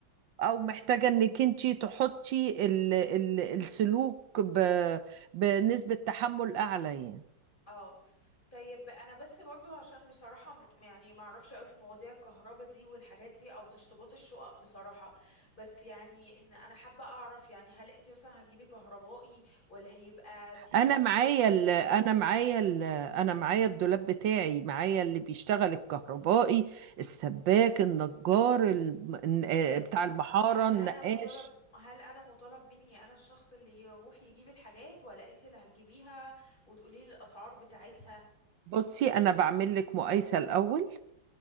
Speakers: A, on the right; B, on the left.
A: او محتاجة انك انت تحطي ال- ال- السلوك ب- بنسبة تحمل اعلى يعني
B: اه طيب انا بس برضو عشان بصراحة م- يعني ما اعرفش قوي في مواضيع الكهرباء دي والحاجات دي او تشطيبات الشقق بصراحة بس يعني ان انا حابة اعرف يعني هل انت مثلا هتجيبي كهربائي ولا هيبقى تيم
A: انا
B: كبير
A: معايا ال انا معايا ال انا معايا الدولاب بتاعي معايا اللي بيشتغل الكهربائي السباك النجار الم- الن-
B: حلو
A: آه، بتاع المحارة
B: هل
A: النقاش
B: انا مطالب هل انا مطالب مني انا الشخص اللي يروح يجيب الحاجات ولا انت اللي هتجيبيها وتقولي لي الاسعار بتاعتها
A: بصي انا بعمل لك مقايسة الاول